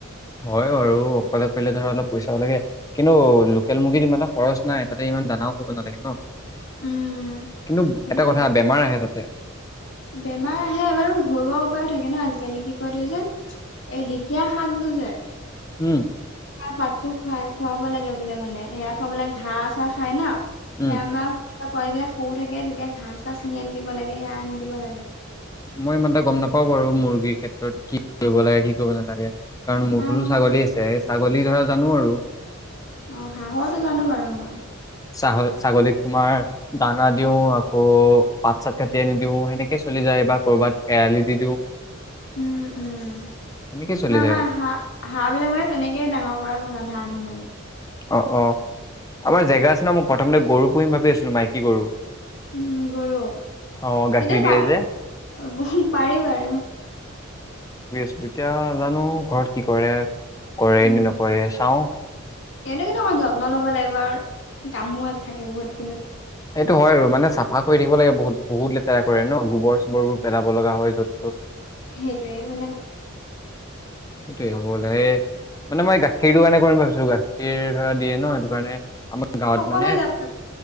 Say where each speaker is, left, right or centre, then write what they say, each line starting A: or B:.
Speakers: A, on the left; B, on the left.
A: হয় আৰু অকলে কৰিলে ধৰা অলপ পইচাও লাগে, কিন্তু লোকেল মুৰ্গীত ইমানটা খৰচ নাই। তাতে ইমান দানাও খুৱাব নালাগে ন',
B: উম
A: কিন্তু
B: সেইটোয়ে
A: এটা কথা বেমাৰ আহে তাতে।
B: বেমাৰ আহে বাৰু ঘৰুৱা উপায়ো থাকে ন' আজিকালি কি কয় তুই যে, এই ঢেকীয়া শাকটো যে।
A: উম
B: ঢেঁকীয়া পাতটো খুৱাই খুৱাব লাগে বোলে মানে, সেইয়া খোৱা বোলে ঘাঁ চাহ খাই নহ। সেয়া
A: উম
B: আমাৰ পোৱালী বিলাক সৰু থাকে, তেতিয়া ঘাঁহ চাহ ছিঙি আনি দিব লাগে, সেয়া আনি দিব লাগে।
A: মই ইমানটা গম নাপাওঁ বাৰু, মুৰ্গীৰ ক্ষেত্ৰত কি কৰিব লাগে? কি কৰিব নালাগে। কাৰণ মূৰটোতো
B: আম
A: ছাগলী আছে, ছাগলী ধৰা জানো আৰু।
B: অ, হাঁহৰটো জানো বাৰু মই।
A: ছাহ ছাগলীক তোমাৰ দানা দিও, আকৌ পাত চাত কাটি আনি দিও, সেনেকে চলি যায় বা ক'ৰবাত এৰালি দি দিওঁ।
B: উম উম।
A: তেনেকে চলি
B: না, আমাৰ
A: যায়।
B: হাঁহ, হাঁহ বিলাক মানে তেনেকেই ডাঙৰ কৰা হ'ল আধা আধি মানে।
A: অ অ, আমাৰ জেগা আছে নহ, মই প্ৰথমতে গৰু পুহিম ভাবি আছিলো, মাইকী গৰু।
B: উম গৰু, সেইটো
A: অ গাখীৰ
B: পাৰা
A: দিয়ে যে
B: ব পাৰি বাৰু।
A: তেতিয়া জানো ঘৰত কি কৰে, কৰেই
B: উম
A: নে নকৰে চাওঁ।
B: এইটো কিন্তু অকণমান যত্ন ল'ব লাগিব আৰু কামো থাকে বহুত। কিন্তু
A: এইটো হয় আৰু মানে চাফা কৰি থাকিব লাগে বহুত, বহুত লেতেৰা কৰে নহ, গোবৰ চোবৰ বোৰ পেলাব লগা হয় ত
B: সেইটোৱেই মানে।
A: সেইটোৱেই
B: লাগিব
A: হ'ব
B: আৰু
A: বোলে,
B: ইমান খেতি
A: এই
B: বাতি ইমান
A: মানে মই গাখীৰটো কাৰণে কৰিম ভাবিছো। যিটো গাখীৰ ধৰা দিয়ে ন, সেইটো কাৰণে আমাৰ গাঁৱত
B: সকলোৱে
A: মানে
B: যাব